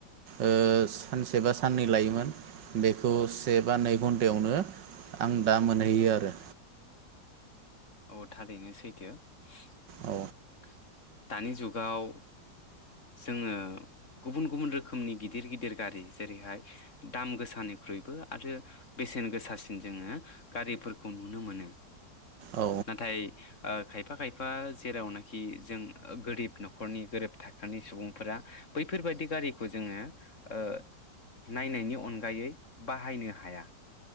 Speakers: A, on the right; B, on the left.
A: ओ सानसे बा साननै लायोमोन बेखौ से बा नै घन्टायावनो आं दा मोनहैयो आरो
B: अ थारैनो सैथो <unintelligible>
A: औ
B: दानि जुगाव जोङो गुबुन गुबुन रोखोमनि गिदिर गिदिर गारि जेरैहाय दाम गोसानिख्रुइबो आरो बेसेन गोसासिन जोङो गारिफोरखौ नुनो मोनो।
A: औ
B: नाथाय ओ खाय यफा खायफा जेरावनाखि जों गोरिब नखरनि गोरिब थाखोनि सुबुंफोरा बैफोरबायाददि गारिखौ जोङो ओ नायनायनि अनगायै बाहायनो हाया।